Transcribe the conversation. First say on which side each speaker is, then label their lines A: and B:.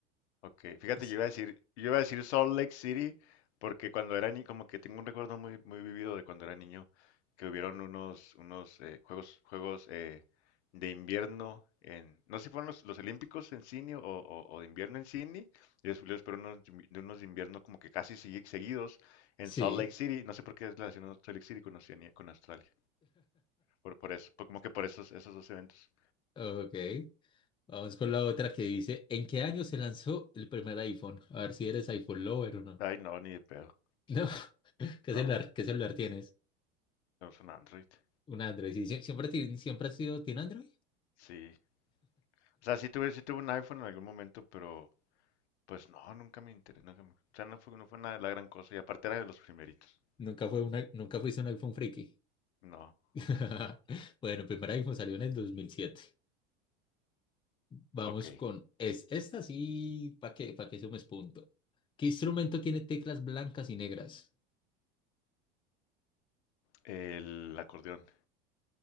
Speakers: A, on the left; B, on the left.
A: Ok, fíjate,
B: Es-
A: yo iba a decir, yo iba a decir Salt Lake City porque cuando era niño, como que tengo un recuerdo muy, muy vivido de cuando era niño, que hubieron unos, unos eh, juegos, juegos eh, de invierno en, no sé si fueron los, los Olímpicos en Sydney o, o- o de invierno en Sydney, y después, después fueron unos de invi- de unos de invierno como que casi segui- seguidos en
B: sí,
A: Salt Lake City. No sé por qué relaciono Salt Lake City con Oceanía- con Australia, por, por eso, por- como que por esos, esos dos eventos.
B: <laughs> ok. Vamos con la otra que dice, ¿en qué año se lanzó el primer iPhone? A ver si eres iPhone lover o no.
A: Ay,
B: <laughs>
A: no, ni de pedo.
B: No, ¿qué
A: No,
B: celular, qué celular tienes?
A: es un Android.
B: Un Android, sí, sie- siempre, ti- siempre has sido, ¿tiene Android?
A: Sí. O sea, sí tuve, sí tuve un iPhone en algún momento, pero pues no, nunca me interesó. nunca me- o sea, no fue, no fue nada de la gran cosa. Y aparte era de los primeritos.
B: Nunca fue una, nunca fuiste un iPhone friki.
A: No.
B: <laughs> Bueno, primer iPhone salió en el dos mil siete Vamos
A: Ok.
B: con, es, esta sí, ¿para qué, para qué sumes punto? ¿Qué instrumento tiene teclas blancas y negras?
A: El acordeón.